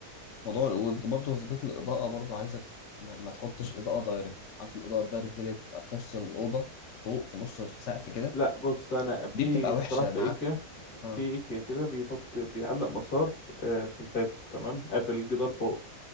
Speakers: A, on the left (about 60°); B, on the left (about 75°).
A: موضوع برضه تظبيط الاضاءه برضه عايزك ما, ما تحطش اضاءه دايركت عارف الاضاءه الدايركت دي اللي بتبقى في نص الاوضه فوق في نص السقف كده
B: لا بص انا في
A: دي بتبقى
B: اختراع
A: وحشه
B: في
A: معاك
B: ايكيا
A: اه
B: في ايكيا كده بيحط بيعلق مسار آه، في الحيطه تمام آه، في الجدار فوق